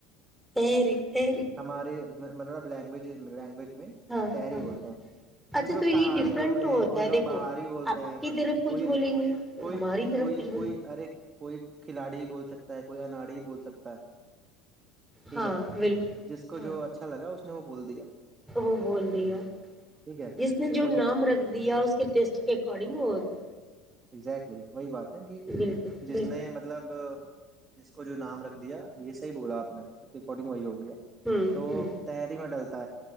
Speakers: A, in the centre; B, on the right (about 25°).
A: تری تری
B: ہمارے مطلب لینگویجز لینگویج میں
A: ہاں
B: تہری
A: ہاں
B: بولتے ہیں
A: اچھا
B: کچھ لوگ
A: تو یہ
B: تہاری
A: ڈفرنٹ
B: بولتے
A: ہوتا
B: ہیں کچھ
A: ہے
B: لوگ
A: دیکھو
B: بہاری بولتے
A: آپ
B: ہیں
A: کی طرف کچھ
B: کوئی
A: بولیں گے
B: کوئی
A: ہماری طرف
B: کوئی
A: کچھ بولیں
B: کوئی
A: گے
B: کوئی کھلاڑی بول سکتا ہے کوئی اناڑی بول سکتا ہے ٹھیک
A: ہاں
B: ہے
A: بال
B: جس کو
A: ہاں
B: جو اچھا لگا اس نے وہ بول دیا
A: وہ بول دیا
B: ٹھیک ہے
A: جس نے جو
B: وہی
A: نام رکھ دیا اس کے ٹیسٹ کے اکارڈنگ وہ ہوگی
B: اگزیکٹلی وہی بات ہے کہ
A: بالکل
B: جس
A: بالکل
B: نے مطلب جس کو جو نام رکھ دیا یہ صح بولا آپ نے اس کے ایکارڈنگ وہی ہوگی گیا
A: ہوں
B: تو
A: ہوں
B: تحری میں ڈلتا